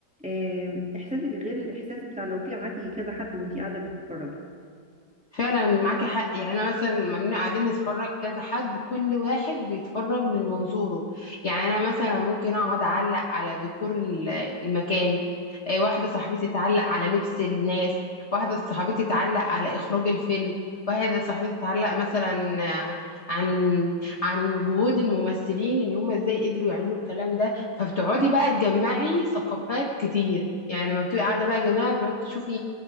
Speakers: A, in the centre; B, on the left.
A: آم، احساسك غير الاحساس بتاع لو في معاكي كذا حد وانتي قاعده بتتفرجي
B: فعلا معاكي حق يعني انا مثلا ممنوع قاعدين نتفرج كذا حد كل واحد بيتفرج من منظوره يعني انا مثلا ممكن اقعد اعلق على ديكور ال- المكان آه، واحده صاحبتي تعلق على لبس الناس واحده صاحبتي تعلق على اخراج الفيلم واحده صاحبتي تعلق مثلا آه، عن عن جهود الممثلين ان هم ازاي قدروا يعملوا الكلام ده فبتقعدي بقى تجمعي ثقافات كتير يعني لما بتبقي قاعده بقى جماعه بتقعدي تشوفي